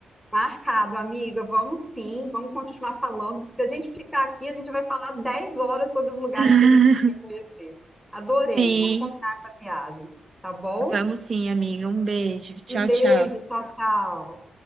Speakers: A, in the centre; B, on the right.
A: Marcado, amiga. Vamos sim, vamos continuar falando, porque se a gente ficar aqui, a gente vai falar 10 horas sobre os lugares
B: <laughs>
A: que a gente queria conhecer. Adorei.
B: Sim.
A: Vamos combinar essa viagem, tá bom?
B: Vamos sim, amiga. Um beijo. Tchau,
A: Um beijo,
B: tchau.
A: tchau, tchau.